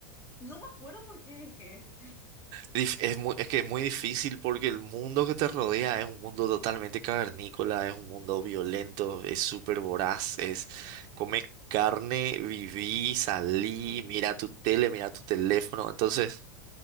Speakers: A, on the left; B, on the right.
A: no me acuerdo por qué dejé.
B: Dif- Es muy, es que es muy difícil porque el mundo que te rodea es un mundo totalmente cavernícola, es un mundo violento, es súper voraz, es come carne, viví, salí,
A: <laughs>
B: mira tu tele, mira tu teléfono. Entonces,